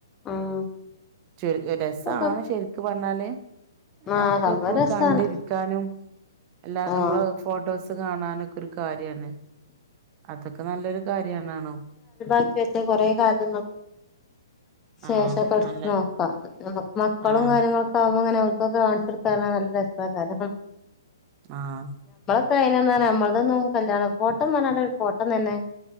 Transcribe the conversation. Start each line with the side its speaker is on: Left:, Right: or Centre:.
Left: ഉം
Right: ചുരു രസാണ്
Left: ഒക്കെ
Right: ശെരിക്ക് പറഞ്ഞാല് നമ്മുക്ക്
Left: ആഹ് സംഭവം
Right: എപ്പോഴും
Left: രസാണ്
Right: കണ്ടിരിക്കാനും എല്ലാ
Left: ആഹ്
Right: നമ്മള ഫോട്ടോസ് കാണാനൊക്കെ ഒരു കാര്യാണ് അതൊക്കെ നല്ലൊരു കാര്യണാണോ
Left: പ്പഴ്ത്ത കൊറെ കാലത്ത് ന ശേഷക്കെ
Right: ആഹ്
Left: എടുത്ത്
Right: നല്ല
Left: നോക്കാം മക്കളും
Right: ആഹ്
Left: കാര്യങ്ങളൊക്കെ ആവുമ്പോ ഇങ്ങനെ അവൾക്കൊക്കെ കാണിച്ചെടുക്കാ നല്ല രസാകാരണം
Right: ആഹ്
Left: അതിനെന്ന നമ്മളുടെന്നും കല്യാണം ഫോട്ടം പറയൊ ഒരു ഫോട്ടം തന്നെ